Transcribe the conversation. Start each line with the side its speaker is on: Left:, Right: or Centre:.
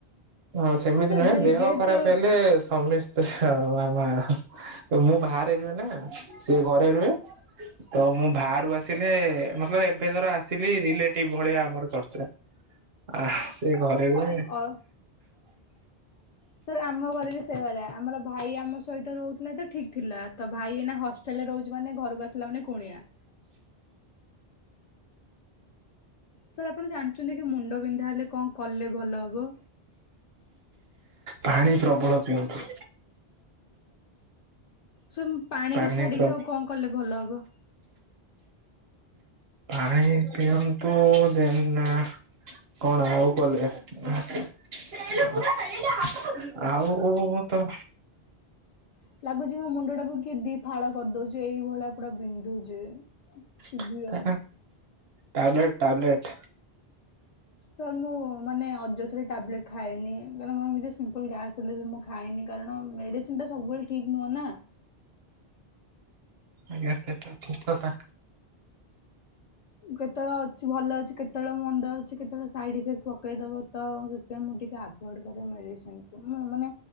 Right: ହଁ ସେମିତି
Left: ସାର୍
Right: ନୁହେଁ
Left: ଯେ
Right: ଦେହ
Left: ଯେହେତୁ
Right: ଖରାପ ହେଲେ ସମେସ୍ <unintelligible> ମୁଁ ବାହାରେ ରୁହେ ନା ସିଏ ଘରେ ରୁହେ। ତ ମୁଁ ବାହାରୁ ଆସିଲେ <unintelligible> ଏ ଧର ଆସିଲି, ରିଲେଟିଭ ଭଳିଆ ଆମର ଚର୍ଚ୍ଚା। ଆ ସେ ଘରେ ରୁହେ।
Left: ଅ ସାର୍ ଆମ ଘରେ ବି ସେଇଭଳିଆ, ଆମର ଭାଇ ଆମ ସହିତ ରହୁଥିଲାତ ଠିକ ଥିଲା। ତା ଭାଇ ଏଇନା ହଷ୍ଟେଲ ରେ ରହୁଛି ମାନେ ଘରକୁ ଆସିଲା ମାନେ କୁଣିଆ। ସାର୍ ଆପଣ ଜାଣିଛନ୍ତି କି ମୁଣ୍ଡ ବିନ୍ଧା ହେଲେ କଣ କଲେ ଭଲ ହବ?
Right: ପାଣି ପ୍ରବଳ ପିଅନ୍ତୁ।
Left: ସାର ମୁଁ ପାଣିକୁ
Right: ପାଣି
Left: ଛାଡିକି
Right: ପ୍ର
Left: ଆଉ କଣ କଲେ ଭଲ ହବ?
Right: ପାଣି ପିଅନ୍ତୁ ଦେନ୍ ନା କଣ ଆଉ କଲେ? <inaudible> <inaudible> ଆଉ ମୁତ
Left: ହଁ ଲାଗୁଚି ମୋ ମୁଣ୍ଡ ଟାକୁ କିଏ ଦି ଫାଳ କରିଦଉଚି ଏଇଭଳିଆ ପୁରା ବିନ୍ଧୁଛି। Severe
Right: <unintelligible> tablet tablet.
Left: ସାର୍ ମୁଁ ମାନେ ଅଯଥାରେ ଟ୍ୟାାବଲେଟ ଖାଏନି? କାରଣ ମୋ ଭିତରେ ସିମ୍ପଲ ଗ୍ୟାସ ମୁଁ ଖାଏନି କାରଣ ମେଡିସିନ ଟା ସବୁବେଳେ ଠିକ୍ ନୁହଁ ନା?
Right: ଆଜ୍ଞା ସେଟା ଠିକ କଥା।
Left: କେତେବେଳେ ଅଛି ଭଲ ଅଛି। କେତେଳେ ମୁଣ୍ଡ ଅଛି କେତେଳେ ସାଇଡ଼୍ ଇଫେକ୍ଟ ପକେଇ ଦବ ତ ସେଥିପାଇଁ ମୁଁ ଟିଏ ଆଭଏଡ଼୍ କରେ ମେଡ଼ିସିନକୁ। ହ ମାନେ